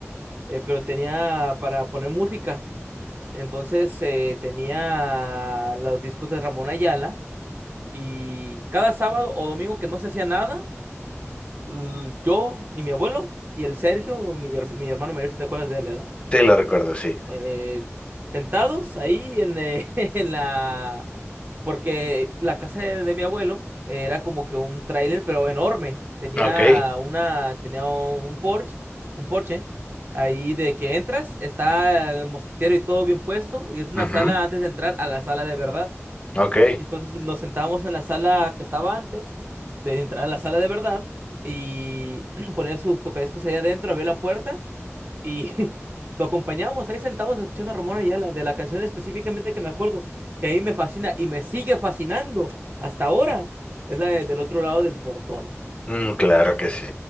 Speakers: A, on the right; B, on the left.
A: eh, pero tenía para poner música, entonces eh, tenía los discos de Ramón Ayala y cada sábado o domingo que no se hacía nada, l- yo y mi abuelo y el Sergio, mi, her- mi hermano mayor, si te acuerdas de él, ¿verdad?
B: Sí, lo recuerdo, sí.
A: eh, tentados ahí en, eh, <laughs> en la... Porque la casa de, de mi abuelo era como que un tráiler, pero enorme. Tenía
B: Ok.
A: una, tenía un Porsche, un Porsche. Ahí de que entras, está el mosquitero y todo bien puesto, y es una
B: Ujú,
A: sala antes de entrar a la sala de verdad.
B: Ok.
A: Entonces nos sentábamos en la sala que estaba antes de entrar a la sala de verdad y <clears throat> ponía sus tocadiscos ahí adentro, abría la puerta y <laughs> lo acompañábamos ahí sentados escuchando a Ramón Ayala de la canción específicamente que me acuerdo, que ahí me fascina y me sigue fascinando hasta ahora. Es la de- del otro lado del portón.
B: Mm, claro que sí.